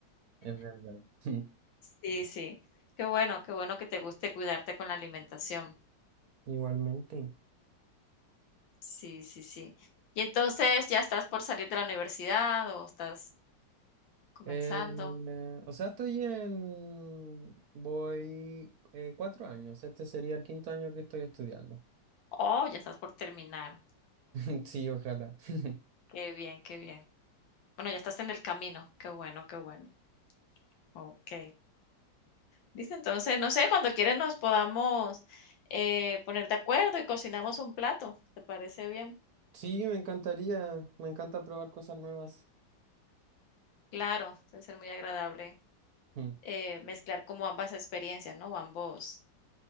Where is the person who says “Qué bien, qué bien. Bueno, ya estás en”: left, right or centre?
Left